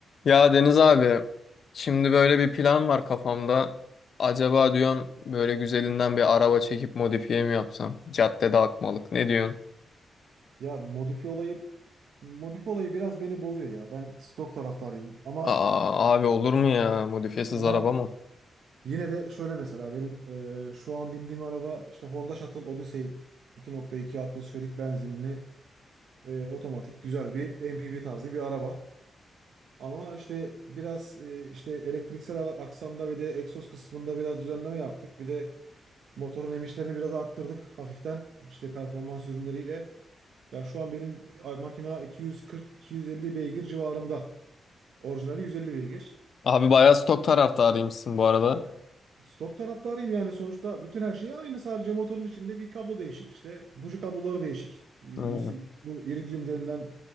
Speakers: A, on the left; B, on the right.
A: Ya Deniz abi, şimdi böyle bir plan var kafamda. Acaba diyorum böyle güzelinden bir araba çekip modifiye mi yapsam? Caddede akmalık. Ne diyorsun?
B: Ya modifi olayı modifi olayı biraz beni bozuyor ya. Ben stok taraftarıyım ama
A: Aa abi olur mu ya? Modifiyesiz
B: ama
A: araba mı?
B: yine de şöyle mesela benim e, şu an bindiğim araba işte Honda Shuttle Odyssey 2.2 atmosferik benzinli e, otomatik güzel bir MPV tarzı bir araba. Ama işte biraz e, işte elektriksel a- aksamda ve de egzoz kısmında biraz düzenleme yaptık. Bir de motorun emişlerini biraz arttırdık hafiften işte performans ürünleriyle. Ya şu an benim makina 240-250 beygir civarında. Orijinali 150 beygir.
A: Abi bayağı stok taraftarıymışsın bu arada.
B: Yani stok taraftarıyım yani sonuçta bütün her şey aynı sadece motorun içinde bir kablo değişik İşte buji kabloları değişik. Ee, yüz-
A: Evet.
B: Bu iridium denilen